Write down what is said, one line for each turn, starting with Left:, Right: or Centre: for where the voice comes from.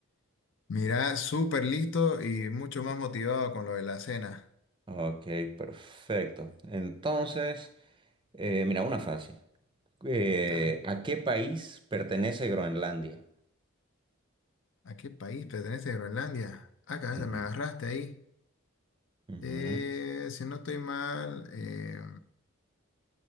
Left: Mirá, súper listo y mucho más motivado con lo de la cena.
Right: Ok, perfecto. Entonces, eh, mira, una fácil. Eh,
Left: Ah,
Right: ¿a qué país pertenece Groenlandia?
Left: ¿A qué país pertenece Groenlandia? Acá
Right: Ujú.
Left: se me agarraste ahí.
Right: Ujú.
Left: Eh, si no estoy mal, eh,